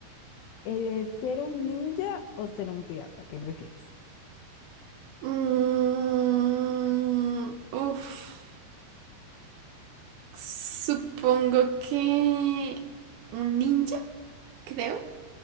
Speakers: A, on the left; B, on the right.
A: eh, ¿ser un ninja o ser un pirata? ¿Qué prefieres?
B: Mm, uf, supongo que un ninja, creo.